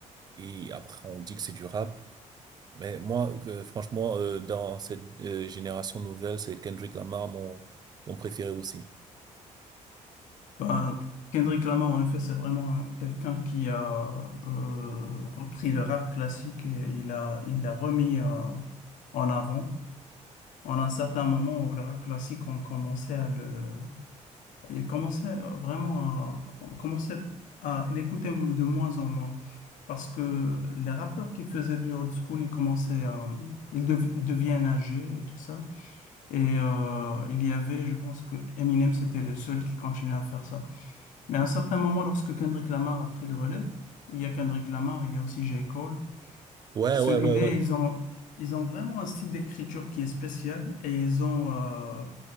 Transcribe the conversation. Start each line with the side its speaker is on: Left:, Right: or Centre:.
Right: et après on dit que c'est du rap. Mais moi, que- franchement, euh, dans cette euh, génération nouvelle, c'est Kendrick Lamar mon, mon préféré aussi.
Left: Ben, Kendrick Lamar, en effet, c'est vraiment un- quelqu'un qui a euh, repris le rap classique et il a, il l'a remis euh, en avant. En un certain moment où le rap classique, on commençait à le, Il commençait vraiment à, on commençait à l'écouter de moins en moins. Parce que les rappeurs qui faisaient du old school, ils commençaient, à- ils dev- deviennent âgés et tout ça. Et euh, il y avait, je pense que Eminem, c'était le seul qui continuait à faire ça. Mais à un certain moment, lorsque Kendrick Lamar a pris le relais, il y a Kendrick Lamar, il y a aussi J. Cole.
Right: Ouais,
Left: Celui-là,
Right: ouais, ouais, ouais.
Left: ils ont, ils ont vraiment un style d'écriture qui est spécial et ils ont, euh,